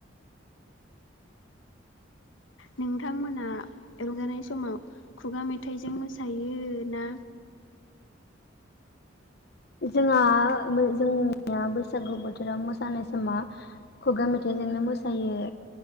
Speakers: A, on the left; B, on the left.
A: नोंथांमोना रंजानाय समाव खुगा मेथाइजों मोसायो ओना
B: जोंहा मो जोंनिया बैसागु बोथोराव मोसानाय समाव खुगा मेथाइजोंनो मोसायो